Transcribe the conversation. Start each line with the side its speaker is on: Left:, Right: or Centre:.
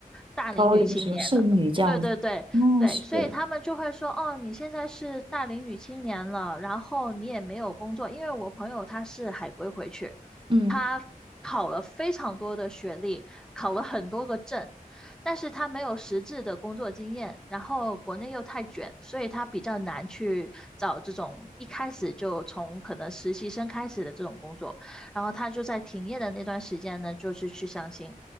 Centre: 大龄女青年了。
Right: 高龄什么剩女这样子，
Centre: 对对对对，
Right: 那是，
Centre: 所以他们就会说，哦，你现在是大龄女青年了，然后你也没有工作，因为我朋友他是海归回去。
Right: 嗯，
Centre: 他考了非常多的学历，考了很多个证，但是他没有实质的工作经验，然后国内又太卷，所以他比较难去找这种一开始就从可能实习生开始的这种工作。然后他就在停业的那段时间呢，就是去相亲。